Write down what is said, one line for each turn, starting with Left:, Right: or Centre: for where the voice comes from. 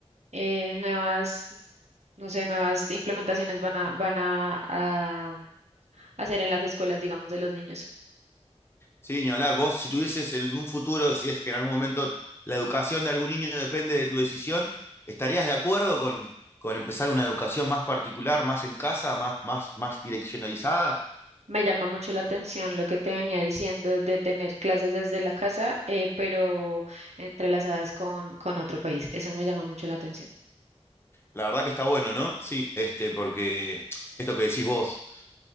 Right: eh, nuevas, no sé, nuevas implementaciones van a, van a, a hacer en las escuelas, digamos, de los niños.
Left: Sí, ni hablar. Vos, si tuvieses en un futuro, si es que en algún momento la educación de algún niño depende de tu decisión, ¿estarías de acuerdo con, con empezar una educación más particular, más en casa, más, más, más direccionalizada?
Right: Me llama mucho la atención lo que te venía diciendo de tener clases desde la casa, eh, pero entrelazadas con, con otro país. Eso me llama mucho la atención.
Left: La verdad que está bueno, ¿no? Sí, este, porque esto que decís vos,